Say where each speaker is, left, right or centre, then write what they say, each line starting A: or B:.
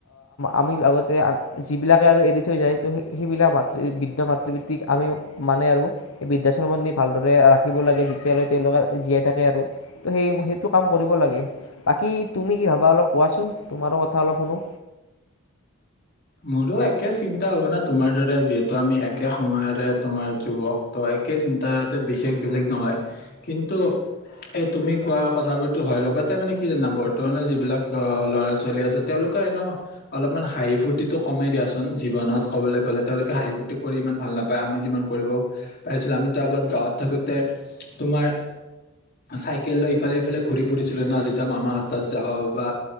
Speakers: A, on the left; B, on the left.
A: আমি লগতে যিবিলাকে আৰু এৰি থৈ যায় ত সেইবিলাক মাতৃ বৃদ্ধ মাতৃবৃত্তিক আমি মানে আৰু বৃদ্ধাশ্ৰমত নি ভালদৰে ৰাখিব লাগে যেতিয়ালৈ তেওঁলোকে জীয়াই থাকে আৰু ত' সেই সেইটো কাম কৰিব লাগে বাকী তুমি কি ভাবা অলপ কোৱাচোন তোমাৰো কথা অলপ শুনো।
B: মোৰো একে চিন্তা ভাৱনা তোমাৰ দাৰ যিহেতু আমি একে সময়ৰে তোমাৰ যুৱক ত একে চিন্তাধাৰ বিশেষ বেলেগ নহয় কিন্তু এই তুমি কোৱা কথাবোৰো হয় লগতে মানে কি জানা বৰ্তমানৰ যিবিলাক অ ল'ৰা ছোৱালী আছে তেওঁলোকে এনে অলপমান হাঁহি ফু তটো কমেই দিয়াচোন জীৱনত কবলৈ গলে তেওঁলোকে হাঁহি - ফূৰ্তি কৰি ইমান ভাল নাপায় আমি যিমান কৰিব পাৰিছিলো। আমিতো আগত গাঁৱত থাকোতে তোমাৰ চাইকেল লৈ ইফালে ইফালে ঘুৰি ফুৰিছিলো ন যেতিয়া মামাহ হত যাওঁ বা